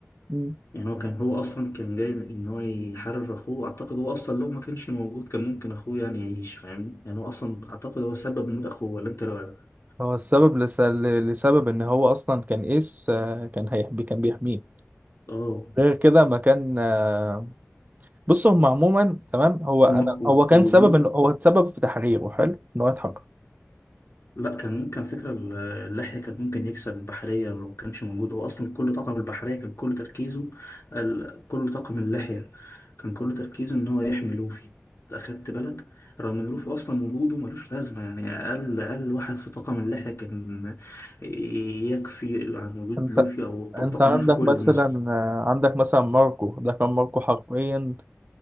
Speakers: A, on the right (about 35°); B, on the left (about 70°).
A: مم.
B: يعني هو كان هو اصلا كان جاي ان هو يحرر اخوه اعتقد هو اصلا لو ما كانش موجود كان ممكن اخوه يعني يعيش فاهمني يعني هو اصلا اعتقد هو سبب موت اخوه ولا انت رايك
A: هو السبب لس... ل- لسبب ان هو اصلا كان ايس آه، كان هيحبي كان بيحميه
B: اه
A: غير كده ما كان آه، بص هم عموما تمام هو انا
B: هو و-
A: هو كان
B: ووجوده
A: سبب ان هو اتسبب في تحريره حلو ان هو يتحرر
B: لا كان كان فكرة ال- اللحية كان ممكن يكسب البحرية لو كانش موجود هو أصلا كل طاقم البحرية كان كل تركيزه ال- كل طاقم اللحية كان كل تركيزه إن هو يحمي لوفي أخدت بالك رغم إن لوفي أصلا وجوده ملوش لازمة يعني أقل أقل واحد في طاقم اللحية كان يكفي عن وجود
A: انت
B: لوفي أو ط-
A: انت
B: طاقم
A: عندك
B: لوفي كله
A: مثلا
B: مثلا
A: آه، عندك مثلا ماركو ده كان ماركو حرفيا